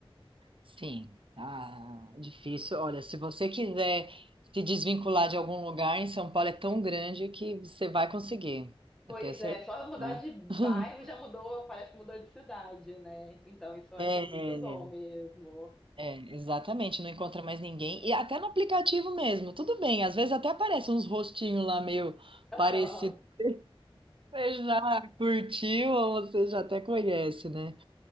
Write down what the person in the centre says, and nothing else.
Pois
é, só eu mudar de bairro
já mudou, parece que mudou de cidade, né? Então isso eu
achei muito bom mesmo.
<laughs>
Aham.